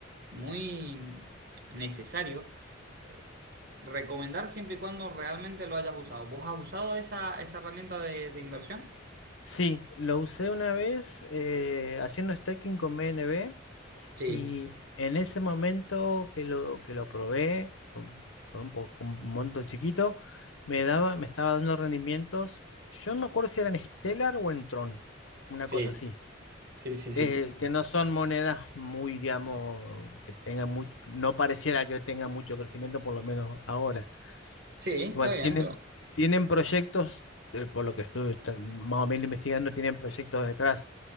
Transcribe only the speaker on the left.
Sí, lo usé una vez eh, haciendo stacking con BNB
y en ese momento que lo, que lo probé con, con un, po- con un monto chiquito, me daba, me estaba dando rendimientos. Yo no me acuerdo si eran Stellar o en Tron, una
cosa así.
eh, que no son monedas muy, digamos, que tengan mucho, no pareciera que tengan mucho crecimiento, por lo menos ahora.
Igual
tienen,
tienen proyectos, eh, por lo que estuve tra- más o menos investigando, tienen proyectos detrás